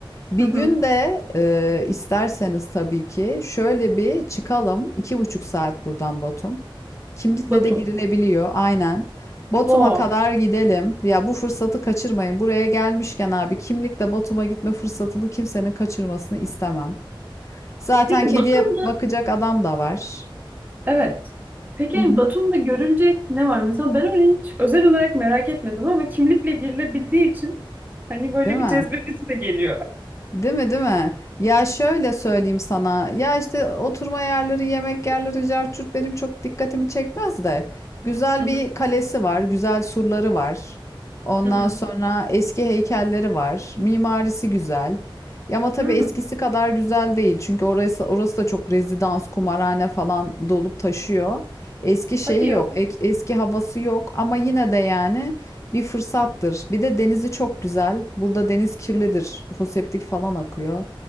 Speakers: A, on the left (about 35°); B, on the right (about 20°).
A: Bir
B: Hı hı.
A: gün de e, isterseniz tabii ki şöyle bir çıkalım. İki buçuk saat buradan Batum. Kimlikle
B: Batum.
A: de girilebiliyor, aynen. Batum'a
B: Oo.
A: kadar gidelim. Ya bu fırsatı kaçırmayın. Buraya gelmişken abi kimlikle Batum'a gitme fırsatını kimsenin kaçırmasını istemem. Zaten
B: Peki
A: kediye
B: Batum
A: bakacak adam da var.
B: Evet. Peki
A: Hı hı.
B: Batum'da görülecek ne var? Mesela ben onu hiç özel olarak merak etmedim ama kimlikle girilebildiği için hani böyle
A: Değil mi?
B: bir cezbedesi de geliyor.
A: Değil mi, değil mi? Ya şöyle söyleyeyim sana. Ya işte oturma yerleri, yemek yerleri, cart curt benim çok dikkatimi çekmez de. Güzel
B: Hı
A: bir
B: hı,
A: kalesi var, güzel surları var. Ondan
B: hı hı.
A: sonra eski heykelleri var. Mimarisi güzel. Ya ama tabii
B: Hı,
A: eskisi kadar güzel değil. Çünkü orası orası da çok rezidans, kumarhane falan dolup taşıyor. Eski şeyi
B: Hadi ya.
A: yok, ek- eski havası yok ama yine de yani bir fırsattır. Bir de denizi çok güzel. Burada deniz kirlidir. Foseptik falan akıyor.